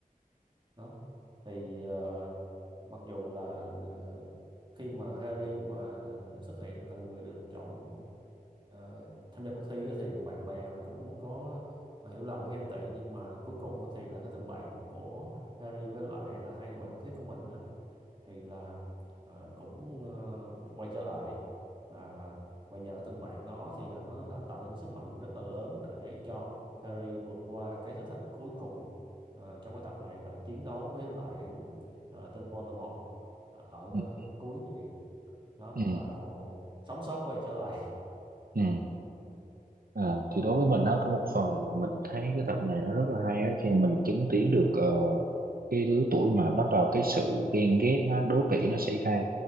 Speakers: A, on the right (about 30°); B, on the right (about 80°).
A: đó thì ờ, mặc dù là ờ, khi mà Harry mà ờ, xuất hiện là người được chọn ờ, tham gia cuộc thi á, thì bạn bè mình cũng có ờ, hiểu lầm với ghen tị nhưng mà cuối cùng á thì là cái tình bạn của Harry với lại là hai người bạn thân thiết của mình á thì là ờ, cũng ờ, quay trở lại và và nhờ tình bạn đó thì là nó là tạo nên sức mạnh rất là lớn để cho Harry vượt qua cái thử thách cuối cùng ờ, trong cái tập này là chiến đấu với lại ờ, tên Voldemort ờ, ở
B: ừ
A: cái cuối chuyện đó
B: ừ,
A: và sống sót quay trở lại
B: ừ. À, thì đối với mình á, có một phần mình thấy cái tập này nó rất là hay á khi mà mình chứng kiến được ờ, cái lứa tuổi mà bắt đầu cái sự ghen ghét nó đố kỵ nó xảy ra